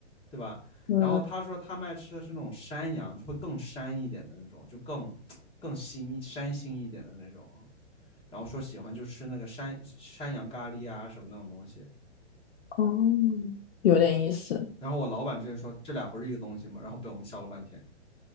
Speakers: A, on the left; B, on the left.
A: 对吧？
B: 嗯，
A: 然后他说他们爱吃的是那种山羊，就会更膻一点的那种，就更更腥一膻腥一点的那种。然后说喜欢就吃那个山山羊咖喱啊什么那种东西。
B: 哦，有点意思。
A: 然后我老板之前说这俩不是一个东西吗？然后被我们笑了半天。